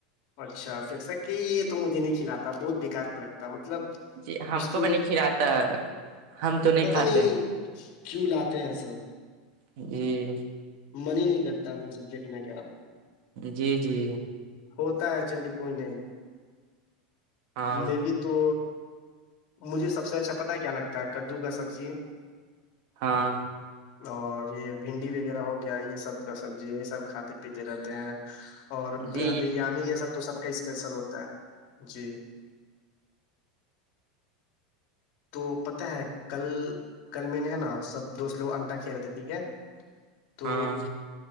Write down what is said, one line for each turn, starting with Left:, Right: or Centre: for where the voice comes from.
Left: اچھا فسا کہ یہ تو مجھے نہیں کھلااتا بہت بےکار لگتا مطلب
Right: جی ہم
Left: اس کو
Right: بھی نہیں کھلاتا ہے ہم تو
Left: پتا
Right: کھاتے
Left: نہیں کیوں لاتے ہیں سب
Right: ج
Left: من ہی نہیں کرتا وہ سب دیکھنے کا
Right: جی جی
Left: ہوتا ہے چلی کوئی نہیں
Right: ہاں
Left: م بھی تو مجھے سب سے اچھا پتا ہے کیا لگتا ہے کدو کا سبزی
Right: ہاں
Left: <inaudible> اور یہ بھنڈی وغیرہ ہو گیا یہ سب کا سبزی یہی سب کھاتے پیتے رہتے ہیں اور
Right: جی
Left: بریانی یہ سب تو سب کا اسپیشل ہوتا ہے جی تو پت ہے کل کل میں نے ہے نا سب دوست لوگ چ رہتے ٹھیک ہے تو
Right: ہاں